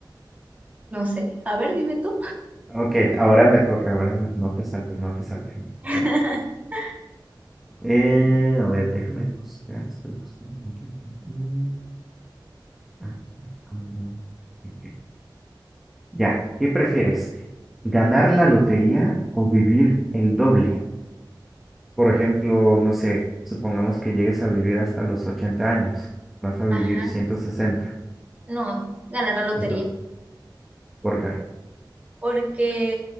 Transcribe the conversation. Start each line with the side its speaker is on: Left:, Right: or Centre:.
Right: no sé, a ver, dime tú.
Centre: Ok, ahora me toca, ahora me- no te saltes, no te saltes.
Right: <laughs>
Centre: Karen. Eh, a ver, déjame buscar, estoy buscando. Mm, ah, buscando, ok. Ya, ¿qué prefieres? ¿Ganar la lotería o vivir el doble? Por ejemplo, no sé, supongamos que llegues a vivir hasta los 80 años, vas a vivir
Right: Ajá,
Centre: 160.
Right: no, ganar la lotería,
Centre: Entonces, por qué?
Right: porque